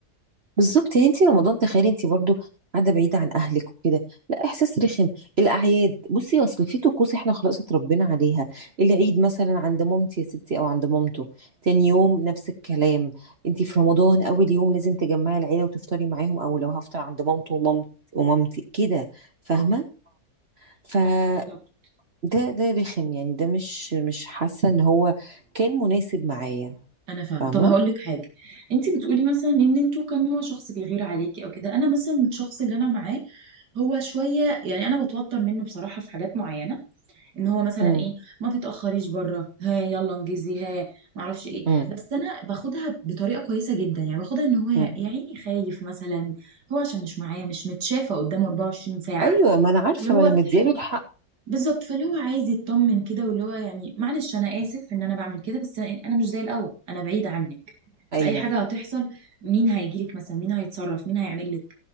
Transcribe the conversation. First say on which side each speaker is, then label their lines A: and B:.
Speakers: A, on the right; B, on the right.
A: بالظبط يعني انت رمضان تخيلي انت برضو قاعده بعيده عن اهلك وكده لا احساس رخم الاعياد بصي اصل في طقوس احنا خلاص اتربينا عليها العيد مثلا عند مامتي يا ستي او عند مامته تاني يوم نفس الكلام انت في رمضان اول يوم لازم تجمعي العيله وتفطري معاهم او لو هفطر عند مامته ومامت ومامتي كده فاهمه
B: اه
A: فده
B: بالظبط.
A: ده رخم يعني ده مش مش حاسه ان هو كان مناسب معايا
B: انا فاهمه
A: فاهمه
B: طب هقول لك حاجه انت بتقولي مثلا ان انتوا كان هو شخص بيغير عليكي او كده انا مثلا الشخص اللي انا معاه هو شويه يعني انا بتوتر منه بصراحه في حاجات معينه ان هو مثلا
A: امم
B: ايه ما تتاخريش بره ها يلا انجزي ها ما اعرفش ايه
A: امم
B: بس انا باخدها بطريقه كويسه جدا يعني باخدها ان هو يا
A: امم.
B: يا عيني خايف مثلا هو عشان مش معايا مش متشافه قدامه 24
A: ايوه
B: ساعه
A: ما انا عارفه
B: اللي هو
A: ما انا مدياله الحق
B: بالظبط فاللي هو عايز يطمن كده واللي هو يعني معلش انا اسف ان انا بعمل كده بس انا إيه، أنا مش زي الاول انا بعيد عنك
A: ايوه
B: فاي حاجه هتحصل مين هيجيلك مثلا مين هيتصرف مين هيعمل لك